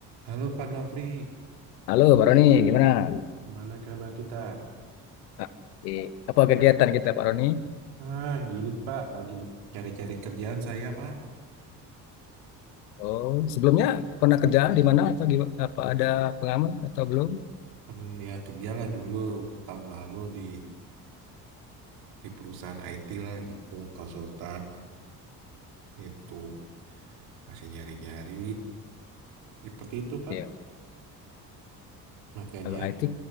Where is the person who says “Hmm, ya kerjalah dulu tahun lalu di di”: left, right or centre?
Right